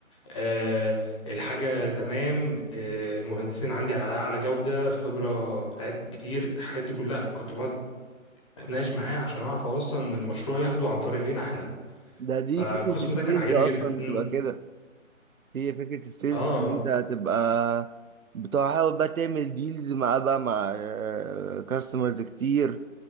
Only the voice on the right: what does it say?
ده دي
فكرة السيلز
اصلا
تبقى كده هي فكرة السيلز
ان انت هتبقى بتحاول بقى تعمل ديلز مع بقى مع كاستمرز كتير